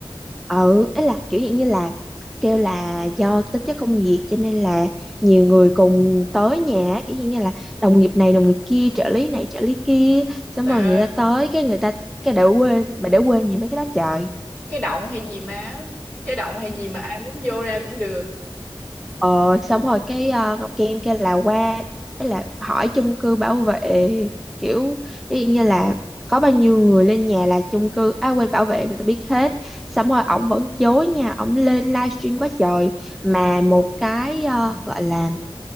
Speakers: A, in the centre; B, on the left.
A: ừ ấy là kiểu dạng như là kêu là do tính chất công việc cho nên là nhiều người cùng tới nhà á, kiểu dạng như là đồng nghiệp này đồng nghiệp kia trợ lý này trợ lý kia xong
B: trời
A: rồi
B: ơi
A: người ta tới cái người ta cái đã quên mà đã quên gì mấy cái đó trời
B: cái động hay gì má cái động hay gì mà ai muốn vô ra cũng được
A: Ờ, xong rồi cái ờ, Ngọc Kim kêu là qua ấy là hỏi chung cư bảo vệ kiểu ví dụ như là có bao nhiêu người lên nhà là chung cư à quên bảo vệ người ta biết hết xong rồi ổng vẫn chối nha ổng lên livestream quá trời mà một cái ờ, gọi là